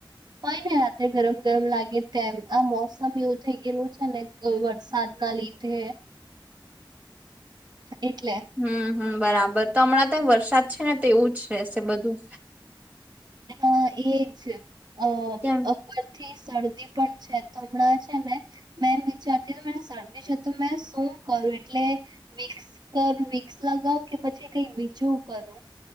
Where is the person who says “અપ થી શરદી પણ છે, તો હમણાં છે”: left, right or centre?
Right